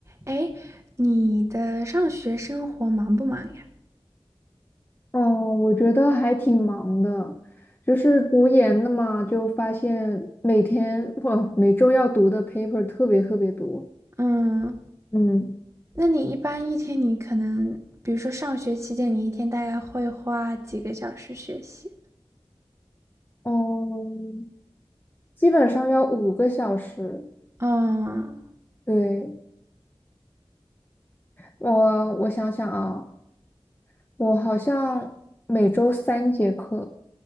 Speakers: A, on the right; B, on the left.
A: 哎，你的上学生活忙不忙呀？
B: 嗯，我觉得还挺忙的，就是读研的嘛，就发现每天不每周要读的 paper 特别特别多，
A: 嗯，
B: 嗯
A: 那你一般一天你可能，比如说上学期间，你一天大概会花几个小时学习？
B: 嗯，基本上要五个小时。
A: 嗯，
B: 对，我我想想啊，我好像每周三节课，